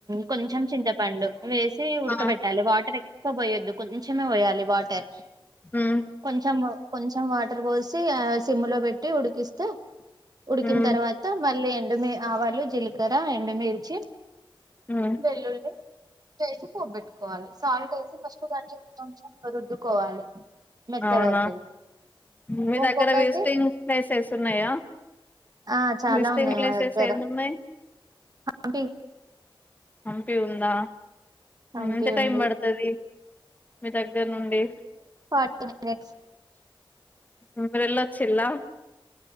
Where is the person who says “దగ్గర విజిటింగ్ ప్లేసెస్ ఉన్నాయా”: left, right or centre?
Left